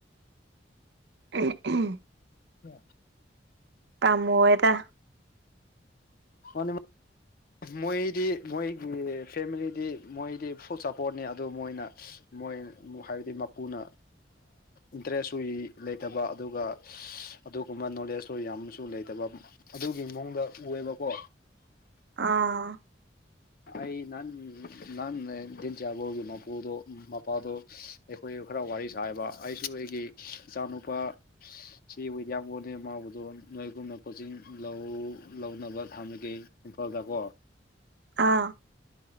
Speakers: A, on the right; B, on the left.
A: ꯎ
B: ꯑꯣ
A: ꯀꯝ ꯑꯣꯏꯦꯗ
B: ꯍꯅꯤ ꯃꯣꯏꯗꯤ ꯃꯣꯏꯒꯤ ꯐꯦꯃꯤꯂꯤꯗꯤ ꯃꯣꯏꯗꯤ ꯐꯨꯜ ꯁꯞꯄꯣꯔꯠꯅꯤ ꯑꯗꯨ ꯃꯣꯏꯅ ꯃꯣꯏ ꯍꯥꯏꯕꯗꯤ ꯃꯄꯨꯅ ꯏꯟꯇꯔꯦꯁ ꯎꯏ ꯂꯩꯇꯕ ꯑꯗꯨꯒ ꯑꯗꯨꯒꯨꯝꯕ ꯅꯣꯂꯦꯖꯇꯣ ꯌꯥꯝꯁꯨ ꯂꯩꯇꯕ ꯑꯗꯨꯒꯤ ꯃꯑꯣꯡꯗ ꯎꯑꯦꯕꯀꯣ
A: ꯑꯥ
B: ꯑꯩ ꯅꯥꯟ ꯅꯥꯟ ꯤꯟ ꯆ ꯍ ꯃꯄꯨꯗꯨꯣ ꯃꯄꯥꯗꯨꯣ ꯑꯩꯈꯣꯏ ꯈꯔ ꯋꯥꯔꯤ ꯁꯥꯥꯏꯕ ꯑꯩꯁꯨ ꯑꯩꯒꯤ ꯏꯆꯥꯅꯨꯄꯥ ꯁꯤ ꯋꯤꯗꯤꯌꯥꯒꯣꯟꯅꯤ ꯃꯥꯎꯕꯗꯣ ꯅꯣꯏꯒꯨꯝꯅ ꯀꯣꯆꯤꯡ ꯂꯧꯅꯕ ꯊꯝꯃꯒꯦ ꯏꯝꯐꯥꯜꯗꯀꯣ
A: ꯑꯥ